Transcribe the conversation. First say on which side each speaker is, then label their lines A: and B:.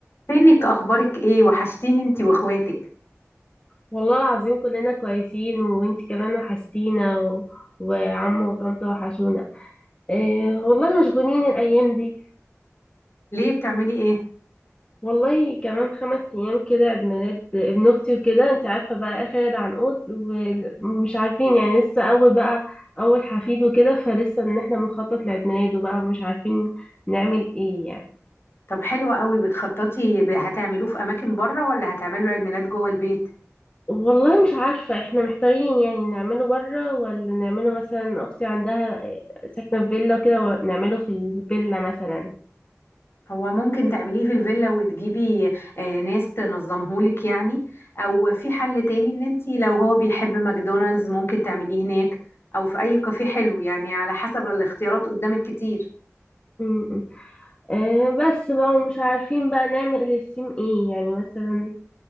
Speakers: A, on the left; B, on the left.
A: فينك اخبارك ايه وحشتيني انتي واخواتك
B: والله العظيم كلنا كويسين وانت كمان وحشتينا و... وعمو وطنطا وحشونا إيه والله مشغولين الأيام دي
A: ليه بتعملي ايه
B: والله كمان خمس أيام كده عيد ميلاد ابن أختي وكده انت عارفة بقى آخر العنقود ومش عارفين يعني لسه أول بقى أول حفيد وكده فلسه إن احنا بنخطط لعيد ميلاده بقى ومش عارفين نعمل ايه يعني
A: طب حلو قوي بتخططي ب- هتعملوه في اماكن بره ولا هتعملوا عيد ميلاد جوه البيت
B: والله مش عارفة احنا محتارين يعني نعمله بره ولا نعمله مثلا أختي عندها ساكنة في فيلا وكده ونعمله في الفيلا مثلا
A: هو ممكن تعمليه في الفيلا وتجيبي آه، ناس تنظمهولك يعني او في حل تاني ان انتي لو هو بيحب ماكدونالدز ممكن تعمليه هناك او في اي كافيه حلو يعني على حسب الاختيارات قدامك كتير
B: م-م. آه بس بقى ومش عارفين بقى نعمل للسيم ايه يعني مثلا